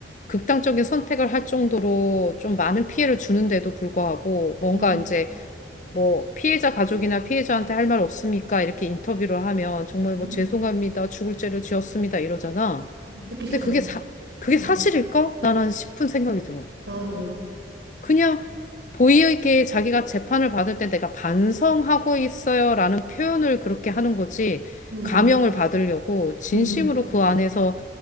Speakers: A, on the left; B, on the right.
A: 극단적인 선택을 할 정도로 좀 많은 피해를 주는데도 불구하고 뭔가
B: 음,
A: 이제 뭐 피해자 가족이나 피해자한테 할 말 없습니까? 이렇게 인터뷰를 하면 정말 뭐
B: 음,
A: 죄송합니다. 죽을 죄를 지었습니다. 이러잖아.
B: 듣기 싫어.
A: 근데 그게 사, 그게
B: 어,
A: 사실일까? 나란 싶은 생각이 들어.
B: 나도,
A: 그냥 보이에게 자기가 재판을 받을 때 내가 반성하고 있어요라는 표현을 그렇게 하는 거지.
B: 음,
A: 감형을 받으려고 진심으로
B: 음,
A: 그 안에서